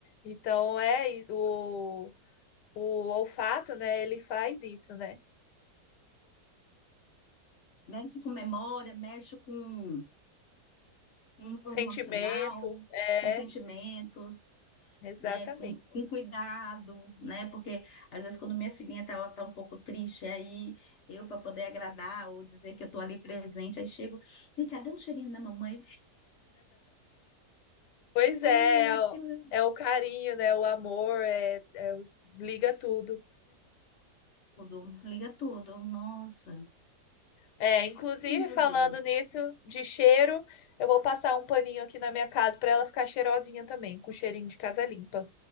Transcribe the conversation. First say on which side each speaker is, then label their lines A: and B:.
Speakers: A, on the left; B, on the left.
A: Então é isso, o, o olfato, né? Ele faz isso, né?
B: Mexe com memória, mexe com, com
A: Sentimento,
B: o emocional,
A: é,
B: com sentimentos.
A: exatamente.
B: né, com, com cuidado, né, porque às vezes quando minha filhinha tá, tá um pouco triste, aí eu para poder agradar ou dizer que eu tô ali presente, aí chego, vem cá, dá um cheirinho na mamãe,
A: Pois
B: ai,
A: é, é
B: aquilo
A: o,
B: é
A: é o carinho, né? O amor, é, é o- liga tudo.
B: tudo, liga tudo, nossa,
A: É, inclusive
B: ai, meu
A: falando
B: Deus,
A: nisso de cheiro, eu vou passar um paninho aqui na minha casa para ela ficar cheirosinha também, com cheirinho de casa limpa,